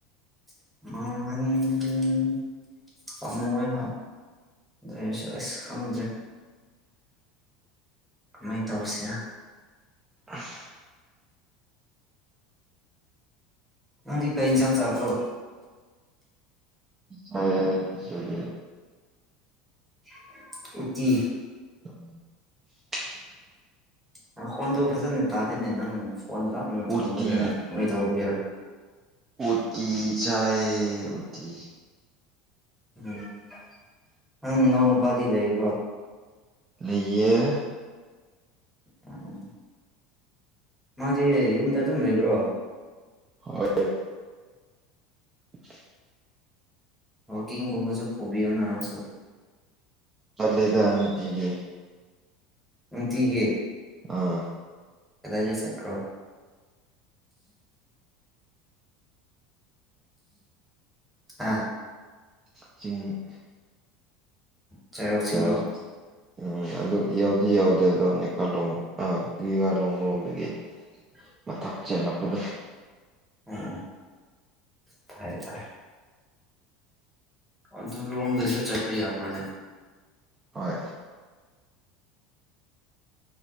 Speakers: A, in the centre; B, on the right.
A: <unintelligible> ꯇꯥꯃꯣ ꯍꯣꯏ ꯍꯣꯏ ꯗ꯭ꯔꯦꯁꯨ ꯑꯁ ꯈꯪꯗ꯭ꯔꯦ ꯑꯗꯨꯃꯥꯏ ꯇꯧꯔꯁꯤꯔ
B: ꯎꯪ
A: ꯅꯪꯗꯤ ꯀꯩ ꯏꯟꯁꯥꯡ ꯆꯥꯕ꯭ꯔꯣ
B: ꯍꯩꯌꯦ ꯁꯤꯗꯤ
A: <inaudible> ꯎꯠꯇꯤ
B: <inaudible>
A: ꯅꯈꯣꯟꯗꯣ ꯐꯖꯅ ꯇꯥꯗꯦꯅꯦ ꯅꯪ ꯐꯣꯟ ꯂꯥꯞꯅ ꯊꯝꯕꯒꯤꯔꯥ
B: ꯎꯇꯤ
A: ꯀꯃꯥꯏꯇꯧꯕꯒꯤꯔꯥ
B: ꯎꯠꯇꯤ ꯆꯥꯏꯌꯦ ꯎꯠꯇꯤ
A: ꯎꯝ <inaudible> ꯅꯪ ꯏꯅꯥꯎ ꯅꯨꯄꯥꯗꯤ ꯂꯩꯔꯤꯕ꯭ꯔꯣ
B: ꯂꯩꯌꯦ
A: <inaudible> ꯃꯥꯗꯤ ꯌꯨꯝꯗ ꯑꯗꯨꯝ ꯂꯩꯕ꯭ꯔꯣ
B: ꯍꯣꯏ <inaudible>
A: ꯋꯥꯀꯤꯡꯒꯨꯝꯕꯁꯨ ꯄꯨꯕꯤꯌꯣꯅ ꯑꯉꯥꯡꯁꯨ
B: ꯆꯠꯂꯦꯗ <unintelligible> ꯗꯤꯌꯦ
A: ꯅꯨꯡꯇꯤꯒꯤ
B: ꯑꯥ
A: ꯀꯗꯥꯏꯗ ꯆꯠꯄ꯭ꯔꯣ ꯍꯥꯥ
B: ꯆꯤꯡ
A: ꯆꯩꯔꯥꯎ ꯆꯤꯡꯔꯣ
B: ꯆꯩꯔꯥꯎ ꯎꯝ ꯑꯗꯨ ꯌꯧꯗꯤ ꯌꯥꯎꯗꯦ ꯑꯗꯣ ꯅꯦꯛꯀꯥꯂꯣꯡ ꯑ <unintelligible> ꯂꯣꯡ ꯂꯣꯝꯗꯒꯤ
A: <inaudible>
B: ꯃꯊꯛ ꯆꯦꯜꯂꯛꯄꯗ
A: ꯑꯣ ꯑꯣ ꯐꯩ ꯐꯩ ꯑꯗꯨꯔꯣꯝꯗꯁꯨ ꯆꯠꯄ ꯌꯥꯕ꯭ꯔꯅꯦ
B: ꯍꯣꯏ